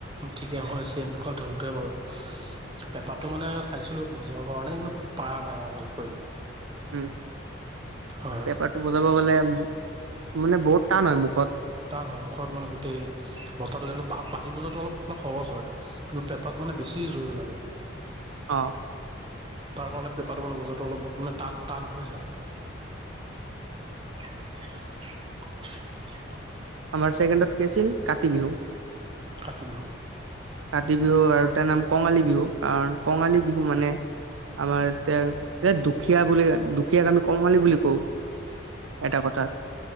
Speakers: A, on the right; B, on the right.
A: ঠিকে হৈছে কল ধলটোৱে বাৰু। পেপাতটো মানে চাইছিলো বুজৰ কাৰণে কিন্তু প নাই ম ভালকৈ
B: উম,
A: হয়
B: পেপাৰটো বজাব গলে মানে বহুত টান হয় মুখত
A: তান নহয় মুখত মানে গোটেই বস্তাটো তেনেকে বাঢ়িব ব যাো অলপ মানে সহজ হয়। কিন্তু পেঁপাত মানে বেছি জোৰ লাগে।
B: অহ ',
A: তাৰ কাৰণে পেপাৰটো বান বজাৰটো অলপ মানে টান-টান হৈ যায়। <inaudible>
B: আমাৰ ছেকেণ্ডত কি আছিল কাতি বিহু।
A: কাতি বিহু
B: কাতি বিহু আৰু তাৰ নাম কঙালী বিহু কাৰণ কঙালী বিহু মানে। আমাৰ এতিয়া এ দুখীয়া বুলি দুখীয়াক আমি কঙালী বুলি কওঁ। এটা কথা